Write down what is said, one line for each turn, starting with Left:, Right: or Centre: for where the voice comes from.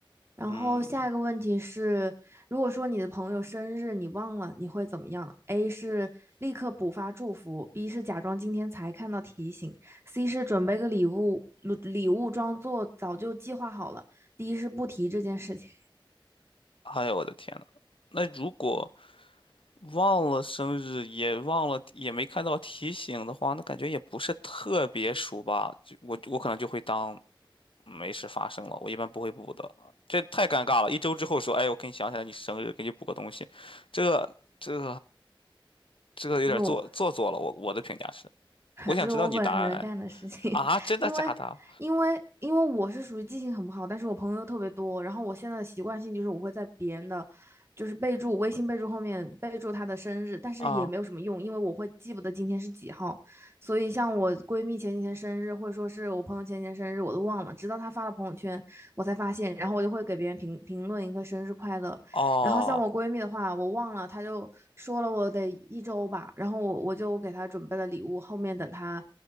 Right: 然后下一个问题是，
Left: 嗯，
Right: 如果说你的朋友生日你忘了，你会怎么样？A 是立刻补发祝福，B 是假装今天才看到提醒，C 是准备个礼物，礼物装作早就计划好了，D 是不提这件事情。
Left: 哎呦我的天呐，那如果忘了生日，也忘了，也没看到提醒的话，那感觉也不是特别熟吧。就我我可能就会当没事发生了，我一般不会补的。这太尴尬了，一周之后说，哎，我给你想起来你生日，给你补个东西，这这这有点做做作了。
Right: 就是我
Left: 我我的评价是，
Right: <laughs>
Left: 我想知道你答案。
Right: 这是我本人干的事情，<laughs>
Left: 哎啊，真的假的？
Right: 因为因为因为我是属于记性很不好，但是我朋友又特别多，然后我现在的习惯性就是我会在别人的就是备注微信备注后面备注他的生日，但是也没有什么用，
Left: 啊，
Right: 因为我会记不得今天是几号，所以像我闺蜜前几天生日，或者说是我朋友前几天生日，我都忘了，直到她发了朋友圈我才发现，然后我就会给别人评评论一个生日快乐，
Left: 哦。
Right: 然后像我闺蜜的话，我忘了，她就说了我得一周吧，然后我我就给她准备了礼物，后面等她，